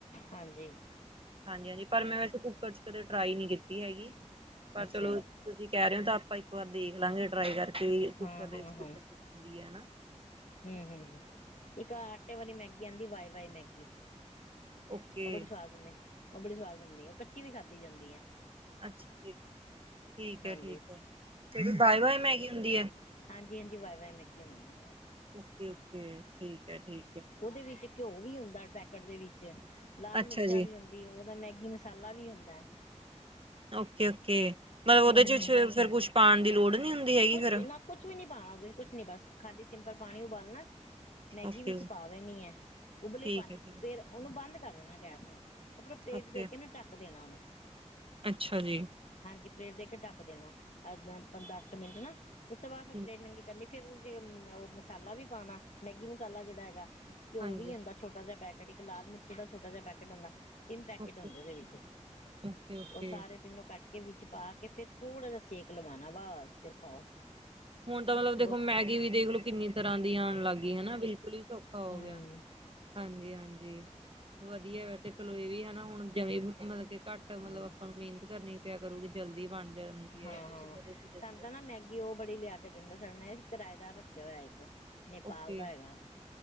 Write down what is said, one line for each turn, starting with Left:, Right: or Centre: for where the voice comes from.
Left: ਹਾਂਜੀ <unintelligible>
Right: ਹਾਂਜੀ ਹਾਂਜੀ ਪਰ ਮੈਂ ਵੈਸੇ ਕੁੂੱਕਰ ਚ ਕਦੇ ਟਰਾਈ ਨੀ ਕੀਤੀ ਹੈਗੀ। ਪਰ
Left: ਅੱਛਾ
Right: ਚਲੋ
Left: ਜੀ
Right: ਤੁਸੀਂ ਕਹਿ ਰੇ ਓ ਤਾਂ ਆਪਾਂ ਇੱਕ ਵਾਰ ਦੇਖ ਲਾਂਗੇ ਟਰਾਈ ਕਰ ਤੇ ਵੀ ਕੁੱਕਰ
Left: ਹਾਂ
Right: ਦੇ
Left: ਹਾਂ
Right: ਵਿੱਚ, ਕੀਦਾ
Left: ਹਾਂ
Right: ਦ ਬਣਦੀ ਐ ਨਾ।
Left: ਹੂੰ ਹੂੰ ਇੱਕ ਆਟੇ ਵਾਲੀ ਮੈਗੀ ਆਂਦੀ, ਵਾਏ ਵਾਏ ਮੈਗੀ।
Right: ਓਕੇ
Left: ਔ ਬੜੀ ਸਵਾਦ ਹੁੰਨੇ, ਔ ਬੜੀ ਸੁਆਵਾਦ ਹੁੰਦੀ ਐ, ਔ ਕੱਚੀ ਵੀ ਖਾਂਦੀ ਜਾਂਦੀ ਐ।
Right: ਅੱਛਾ ਜੀ ਠੀਕ
Left: ਹਾਂਜੀ
Right: ਐ, ਠੀਕ ਐ, ਜੜੀ ਬਾਏ
Left: ਹਾਂ
Right: ਬਏ ਮੈਗੀ ਹੁੰਦੀ ਏ?
Left: ਹਾਂਜੀ ਹਾਂਜੀ ਵਾਏ ਵਾਏ ਮੈਗੀ ਹੁੰਦੀ ਔ।
Right: ਔਕੇ-ਔਕੇ ਠੀਕ ਐ ਠੀਕ ਐ।
Left: ਉਹਦੇ ਵਿੱਚ ਘਿਓ ਵੀ ਹੁੰਦਾ ਪੈਕੇਟ ਦੇ ਵਿੱਚ, ਲਾਲ
Right: ਅੱਛਾ
Left: ਮਿਰਚਾਂ
Right: ਜੀ
Left: ਵੀ ਹੁੰਦੀ ਔਦਾ ਮੈਗੀ ਮੈਗੀ ਮਸਾਲਾ ਵੀ ਹੁੰਦਾ।
Right: ਔਕੇ-ਔਕੇ ਮਤਲਬ
Left: ਹੂੰ
Right: ਉਹਦੇ ਚ ਛ ਫਿਰ ਕੁੱਛ ਪਾਣ ਦੀ ਲੋੜ ਨਹੀਂ ਹੁੰਦੀ ਹੈਗੀ
Left: ਕੁਛ
Right: ਫਿਰ
Left: ਨਾ ਕੁਛ ਵੀ ਨੀ ਪਾਣਾ ਉਹਦੇ ਚ, ਕੁਛ ਨੀ ਬਸ ਖਾਲੀ ਸਿੰਪਲ ਪਾਣੀ ਉਬਾਲਣਾ ਮੈਗੀ
Right: ਓਕੇ
Left: ਵਿੱਚ ਪਾ ਦੇਣੀ ਐ, ਉਬਲੇ
Right: ਠੀਕ
Left: ਪਾਣੀ
Right: ਹੈ ਠੀਕ
Left: ਚ ਫੇਰ ਉਹਨੂੰ ਬੰਦ ਕਰ ਦੇਣਾ ਗੈਸ ਨੂੰ। ਉਪਰੋ ਪਲੇਟ
Right: ਓਕੇ
Left: ਦੇ ਕੇ ਨਾ ਡੱਕ ਦੇਣਾ ਔਨੂ
Right: ਅੱਛਾ ਜੀ।
Left: ਹਾਂਜੀ ਪਲੇਟ ਦੇ ਕੇ ਟੱਕ ਦੇਣਾ, ਅਦਾ ਤ ਦਸਕ ਮਿੰਟ ਨਾ, ਉਸ ਤੋਂ ਬਾਅਦ
Right: ਠੀਕ,
Left: ਫਿਰ ਪਲੇਟ ਨੰਗੀ ਕਰਨੀ ਫਿਰ ਜੇ ਉਹ ਔ ਮਸਾਲਾ ਵੀ ਪਾਣਾ, ਮੈਗੀ ਮਸਾਲਾ ਜਿਹੜਾ ਹੈਗਾ, ਘਿਓ
Right: ਹਾਂਜੀ
Left: ਵੀ ਆਦਾ ਛੋਟਾ ਜਿਹਾ ਪੈਕ ਇਹੜੀ ਕ ਲਾਲ ਮਿਰਚ ਦਾ, ਛੋਟਾ ਜਾ ਪੈਕੇਟ ਹੋਂਦਾ। ਤਿੰਨ ਪੈਕੇਟ
Right: ਓਕੇ
Left: ਹੁੰਦੇ ਉਹਦੇ ਵਿੱਚ,
Right: ਓਕੇ ਓਕੇ
Left: ਉਹ ਸਾਰੇ ਤਿੰਨੋਂ ਕੱਟ ਕੇ ਵਿੱਚ ਪਾ ਕੇ ਫਿਰ ਥੋੜ੍ਹਾ ਜਾ ਸੇਕ ਲਵਾਣਾ ਬਾਸ, ਫਿਰ ਖਾਓ।
Right: ਹੁਣ ਤਾਂ ਮਤਲਬ ਦੇਖੋ
Left: ਬਹੁਤ
Right: ਮੈਗੀ ਵੀ ਦੇਖਲੋ ਕਿੰਨੀ ਤਰ੍ਹਾਂ ਦੀ ਆਣ ਲਗ ਗੀ, ਹੈਨਾ ਬਿਲਕੁਲ ਈ ਸੌਖਾ ਹੋ ਗਿਆ।
Left: ਹੂੰ
Right: ਹਾਂਜੀ ਹਾਂਜੀ ਵਧੀਆ ਵੈਸੇ ਚਲੋ ਇਹ ਵੀ ਹੈਨਾ, ਹੁਣ ਜਵੀ‌ ਮ ਮਤਲਬ ਕੇ ਘੱਟ ਮਤਲਬ
Left: ਹਮ
Right: ਆਪਾਂ ਨੂੰ ਮਿਹਨਤ ਕਰਨੀ ਪਿਆ ਕਰੂਗੀ ਜਲਦੀ ਬਣ ਜਾਂਦੀ
Left: ਹਾਂ
Right: ਹੈ ਹਨਾ
Left: ਹਾਂ
Right: ਜਿੱਦਾਂ ਤੁਸੀਂ ਦੱਸਿਆ
Left: ਸਾਨੂੰ ਤਾਂ ਨਾ ਮੈਗੀ ਉਹ ਬੜੀ ਲਿਆ ਕੇ ਦਿੰਦਾ, ਸਾਨੇ ਅ ਇਕ ਕਿਰਾਏਦਾਰ ਰੱਖਿਆ ਹੋਇਆ ਇੱਕ ਨੇਪਾਲ
Right: ਓਕੇ
Left: ਦਾ ਹੈਗਾ,